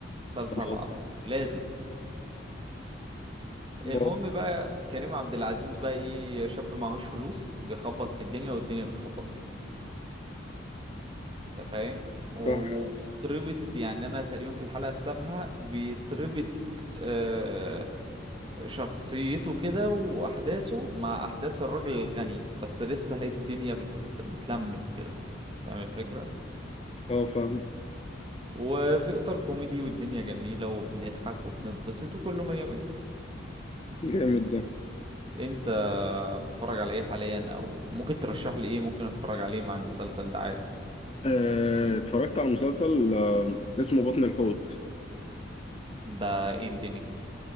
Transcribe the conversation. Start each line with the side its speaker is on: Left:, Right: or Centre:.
Right: مسلسل
Left: خلاص
Right: العراف لازم المهم
Left: اه
Right: بقى كريم عبد العزيز بقى ايه شاب معهوش فلوس بيخبط في الدنيا والدنيا بتخبط فيه انت فاهم وبيتربط
Left: فاهم
Right: يعني انا تقريبا في الحلقة السابعة بيتربط آه شخصيته كده واحداثه مع احداث الراجل الغني بس لسه هي الدنيا بت... بتلمس كده فاهم الفكرة
Left: اه فاهم
Right: وفي اطار كوميدي والدنيا جميلة وبنضحك وبنتبسط وكله مية مية
Left: جامد ده
Right: انت بتتفرج على ايه حاليا او ممكن ترشح لي ايه ممكن اتفرج عليه مع المسلسل ده عادي
Left: آه، اتفرجت على مسلسل آه، اسمه بطن الحوت
Right: ده ايه الدنيا